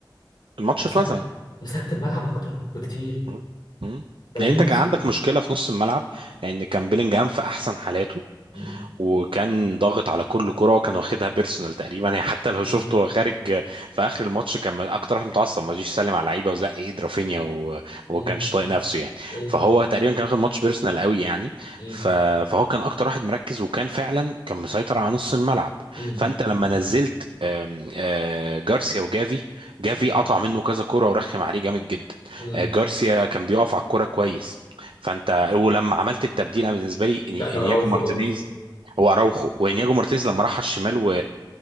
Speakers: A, on the right; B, on the left.
A: الماتش
B: مسكت
A: اتوزن
B: مسكت الملعب اكتر بكتير
A: مم. مم.
B: طب
A: لان
B: ليه
A: انت
B: مش
A: كان عندك مشكلة في نص الملعب لان كان بيلينجهام في احسن حالاته
B: مم.
A: وكان ضاغط على كل كرة وكان واخدها بيرسونال تقريبا يعني حتى لو
B: مم.
A: شفته وهو خارج في اخر الماتش كان اكتر واحد متعصب ما رضيش يسلم على اللعيبه وزق ايد رافينيا و- وما
B: مم.
A: كانش طايق نفسه يعني
B: مم.
A: فهو تقريبا كان واخد ماتش بيرسونال قوي يعني
B: مم.
A: ف- فهو كان اكتر واحد مركز وكان فعلا كان مسيطر على نص الملعب
B: مم.
A: فانت لما نزلت آم، آه، جارسيا وجافي جافي
B: مم.
A: قطع منه كذا كرة ورخم عليه جامد جدا
B: مم.
A: آه، جارسيا كان بيقف على الكرة كويس فانت ولما عملت التبديل انا بالنسبه لي إني-
B: بتاعت اراوخو
A: انياجو مارتينيز
B: برضو
A: هو اراوخو وانياجو مارتيز لما راح على الشمال و...